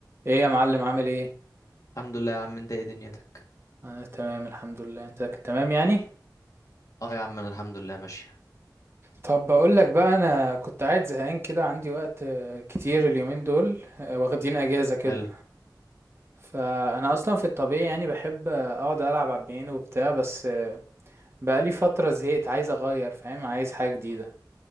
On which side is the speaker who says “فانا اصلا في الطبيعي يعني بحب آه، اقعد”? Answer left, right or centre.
Right